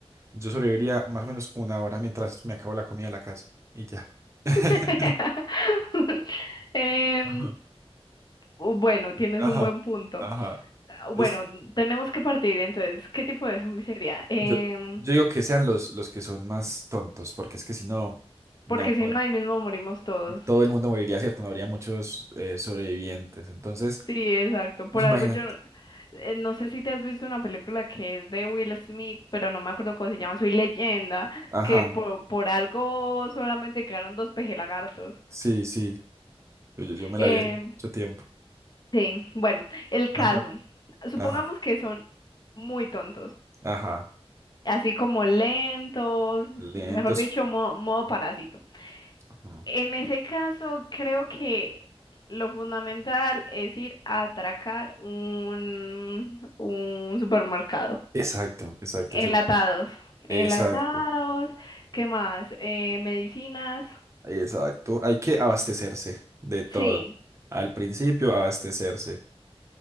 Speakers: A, on the right; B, on the left.
A: yo sobreviviría más o menos una hora mientras me acabo la comida de la casa y ya. <laughs>
B: <laughs> Em,
A: Ajá,
B: bueno, tienes
A: ajá,
B: un buen punto.
A: ajá.
B: Ah, Bueno,
A: Entonces,
B: tenemos que partir entonces. ¿Qué tipo de zombie sería? Em,
A: yo, yo digo que sean los, los que son más tontos, porque es que si no, no
B: Porque
A: podemos.
B: si no, ahí mismo morimos todos.
A: Todo el mundo moriría, ¿cierto? No habría muchos eh, sobrevivientes. Entonces,
B: Sí, exacto. Por
A: pues imagínate.
B: algo yo no eh, no sé si te has visto una película que es de Will Smith, pero no me acuerdo cómo se llama, Soy Leyenda,
A: Ajá,
B: que por, por algo solamente quedaron dos pejelagartos.
A: sí, sí. Yo, yo- yo me
B: Eh,
A: la vi hace mucho tiempo.
B: sí, bueno, el caso.
A: Ajá,
B: Supongamos
A: ajá.
B: que son muy tontos,
A: Ajá,
B: así como lentos,
A: lentos.
B: mejor dicho, mo- modo parásito.
A: ajá.
B: En ese caso, creo que lo fundamental es ir a atracar un, un supermercado.
A: Exacto, exacto,
B: Enlatados,
A: ese-
B: enlatados,
A: exacto,
B: ¿qué más? Eh, medicinas,
A: exacto. Hay que abastecerse de todo.
B: sí.
A: Al principio, abastecerse.